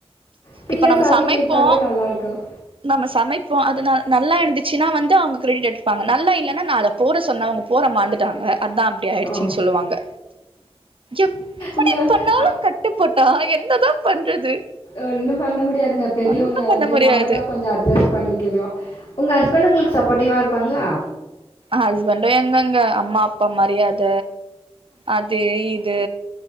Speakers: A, on the left; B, on the right.
A: ஃப்ரீயா
B: இப்ப நம்ம
A: சமைக்க
B: சமைப்போ
A: விட்டாலே நல்லா இருக்கும்
B: நம்ம சமைப்போம் அதனா நல்லா இருந்துச்சுன்னா வந்து அவங்க கிரெடிட் எடுத்துப்பாங்க நல்லா இல்லன்னா நா அத போட சொன்ன அவங்க போட மாறந்துட்டாங்க அதா இப்டி ஆய்டுச்சின்
A: ஓ!
B: சொல்லுவாங்க எப்புடி
A: உங்க
B: பண்ணாலும்
A: அ
B: கட்டுப்பட்டா என்னதான் பண்றது
A: ஒன்னும் பண்ண முடியாதுங்க பெரியவங்கள
B: ஒன்னு பண்ண
A: வந்து
B: முடியாது
A: நம்மதான் கொஞ்சோ அட்ஜஸ் பண்ணிக்கணும் உங்க ஹஸ்பண்டும் உங்களுக்கு சப்போர்டிவா இருப்பாங்களா
B: ஹஸ்பண்டும் எங்கங்க அம்மா அப்பா மரியாத அது இது